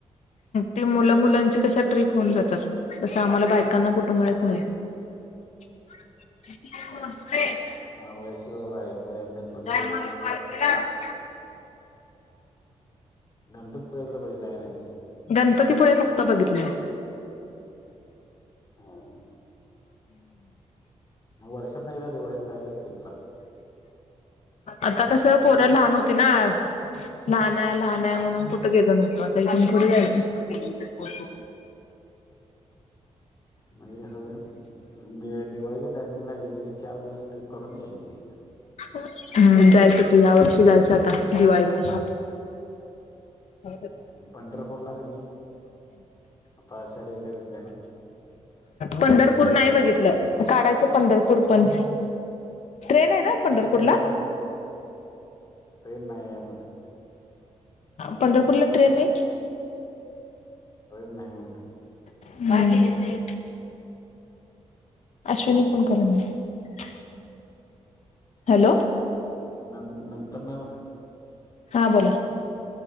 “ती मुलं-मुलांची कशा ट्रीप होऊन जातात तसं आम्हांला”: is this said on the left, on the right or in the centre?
Left